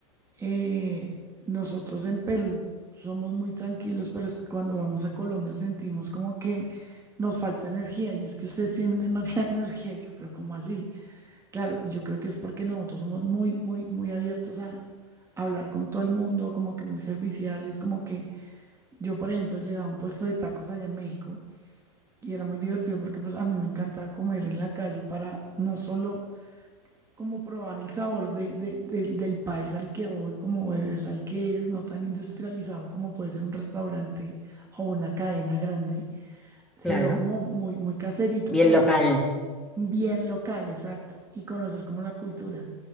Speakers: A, on the right; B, in the centre.
A: Eh, nosotros en Perú somos muy tranquilos, pero es- cuando vamos a Colombia sentimos como que nos falta energía y es que ustedes tienen demasiada <laughs> energía. Y yo, pero ¿cómo así? Claro, y yo creo que es porque nosotros somos muy, muy, muy abiertos a, a hablar con todo el mundo, como que muy serviciales, como que yo, por ejemplo, llegaba a un puesto de tacos allá en México y era muy divertido porque pues a mí me encanta comer en la calle para no solo como probar el sabor de, de- del del país al que voy, como de verdad el que es, no tan industrializado como puede ser un restaurante o una cadena grande, sino
B: claro.
A: como muy, muy caserito,
B: Bien
A: pues,
B: local.
A: bien local, exacto, y conocer como la cultura.